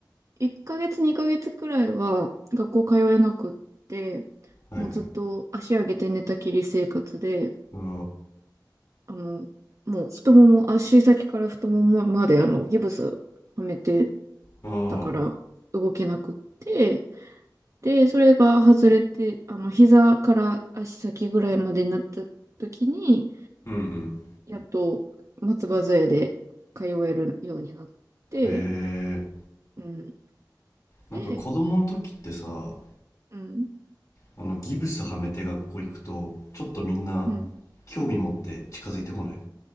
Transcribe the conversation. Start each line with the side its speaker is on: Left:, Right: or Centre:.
Right: 1ヶ月2ヶ月くらいは学校通えなくって、
Left: はいはい。
Right: もうずっと足上げて寝たきり生活で、
Left: あ
Right: あの、もう太もも、足先から太ももまであのギブスはめて
Left: あ、ああ、
Right: たから動けなくって、で、それが外れて、あの、膝から足先ぐらいまでになった時に、
Left: うんうん。
Right: やっと松葉杖で通えるようになって、
Left: へえ。
Right: うん。で、
Left: なんか子供の時ってさ、
Right: うん。
Left: あの、ギブスはめて学校行くと、ちょっとみんな
Right: うん
Left: 興味持って近づいてこない。